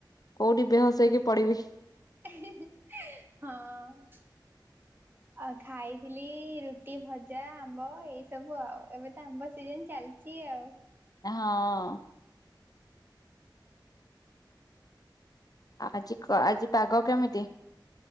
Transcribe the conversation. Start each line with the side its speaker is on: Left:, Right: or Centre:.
Left: କୋଉଠିଁ ବେହୋସୋ ହେକି ପଡିବି।
Right: ହିଁ ହିଁ ହଁ।
Left: <inaudible>
Right: ଆଉ ଖାଇଥିଲି ରୁଟି ଭଜା ଆମ୍ବ ଏଇ ସବୁ ଆଉ ଏବେ ତ ଆମ୍ବ ସିଜିନି ଚାଲିଚି। ଚି ଆଉ।
Left: ହଁ ଅଁ। ଆଜିକ ଆଜି ପାଗ କେମିତି?